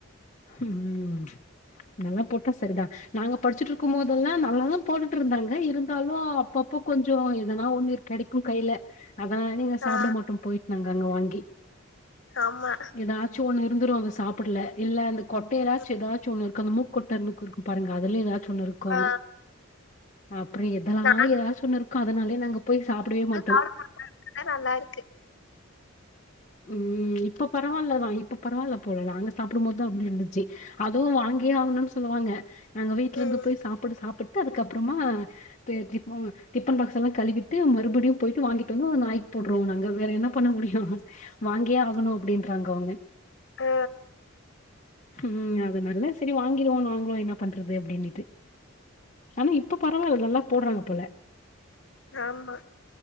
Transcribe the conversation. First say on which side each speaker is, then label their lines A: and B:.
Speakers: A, on the left; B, on the left.
A: உம் நல்லா போட்டா சரிதா நாங்க படிச்சுட்டு இருக்கு போதெல்லா நல்லாதா போட்டுட்டு இருந்தாங்க இருந்தாலு அப்பப் ப கொஞ்சோ எதனா ஒண்ணு கெடைக்கு கைல அதனாலயே சாப்புட
B: ஆ
A: மாட்டோ போயிட்டு நாங்க அங்க வாங்கி
B: ஆமா
A: எதாச்சு ஒண்ணு வந்துருவாங்க சாப்பிடல இல்ல அந்த கொட்டையாச்சு
B: ம்,
A: எதாச்சு ஒன்னு இருக்கு அந்த மூக்கொட்ட மூக்கு இருக்கும் பாருங்க அதுல எதாச்சு ஒன்னுருக்கு
B: ஆ
A: அப்றோ எதெல்லா
B: நானு
A: எதாச்சு ஒன்னுருக்கு அதனாலயே நாங்க போய் சாப்டவே மாட்டோ
B: சாப்ட நல்லா இருக்கு
A: ம் இப்ப பரவால்ல தா இப்ப பரவால்ல போல நாங்க சாப்டும்போத் தா அப்டி இருந்துச்சு அதுவு வாங் கியே ஆகணுன் சொல்லுவாங்க நாங்க வீட்லிர்ந்து
B: ம்
A: போய் சாப்பாடு சாப்புட்டு அதுக்கப்பறமா டி டிஃபோ டிப்பன் பாக்ஸ் எல்லா கழுவிட் டு மறுபடியு போய்ட்டு வாங்கிட்டு வந்து நாய்க் போட்றோ நாங்க வேற என்ன பண்ண முடியு வாங்கியே ஆகணு அப்டி ங்றாங்க அவுங்க
B: ஆ
A: ஹும் அதுனால செரி வாங்கிருவோ நாங்களு என்ன பண்றது அப்டினுட்டு ஆனா இப்ப பரவால்ல நல்லா போட்றாங்க போல
B: ஆமா